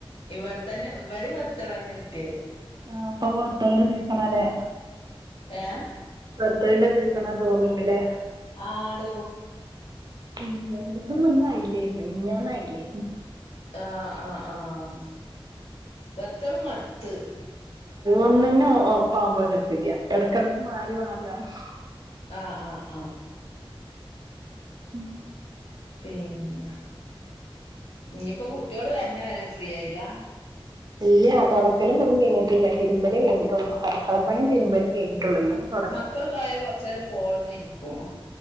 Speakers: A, on the left; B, on the right.
A: ഇവിട തന്നെ ഇവിടേ വത്തളന്നെ കിട്ടിയെഹ്
B: ആഹ് പ്പ വത്തൾണ്ട സീസണാലെ
A: ഏഹ്
B: വത്തൾട സീസണാ തോന്നണ്ടില്ലേ
A: ആടോ
B: ഉം രണ്ടൂസം മുന്ന അയിലേര്ന്ന് മിനിഞ്ഞാന്നയിലേയിര്ന്ന്
A: ആഹ് ആഹ് ആഹ് വത്തൾ മടുത്ത്
B: ഒന്നന്നെ ഒപ്പാവുമ്പോ ഒരസുല്ല്യ എടക്കെടക്ക് മാറി മാറി <unintelligible>
A: ആഹ് ആഹ് ആഹ്
B: ഉം
A: പിന്ന ഇനിയിപ്പ കുട്ടികള് വേര്ണ വരാ ഫ്രീ ആയില്ല
B: ഇല്ല്യ തൊടക്കലും കുളീം കയിഞ്ഞിട്ടില്ല തിരുമ്പലേ കയിഞ്ഞിട്ടുള്ളു അടുക്കള പണീം തിരുമ്പലും കെയിഞ്ഞിട്ടുള്ളു <unintelligible>
A: മക്കള് പോയ കൊറച്ചേരം ഫോണുമ്മ ഇരിക്കും